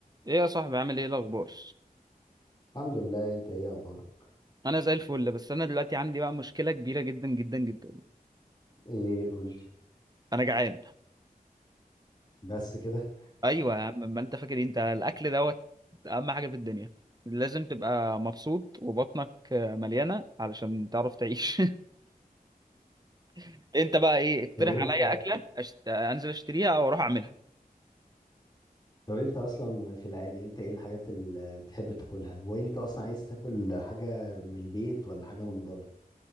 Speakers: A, on the right; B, on the left.
A: ايه يا صاحبي عامل ايه الاخبار
B: الحمد لله انت ايه اخبارك
A: انا زي الفل بس انا دلوقتي عندي بقى مشكله كبيره جدا جدا جدا
B: ايه قول
A: انا جعان
B: بس كده
A: ايوه يا عم ما انت فاكر إيه؟ انت الاكل دوت اهم حاجه في الدنيا لازم تبقى مبسوط وبطنك مليانه علشان تعرف تعيش <laughs> انت بقى ايه اقترح
B: طب انت
A: عليا اكله أشت... انزل اشتريها او اروح اعملها
B: طب انت اصلا في العادي انت ايه الحاجات اللي بتحب تاكلها وانت اصلا عايز تاكل حاجه من البيت ولا حاجه من بره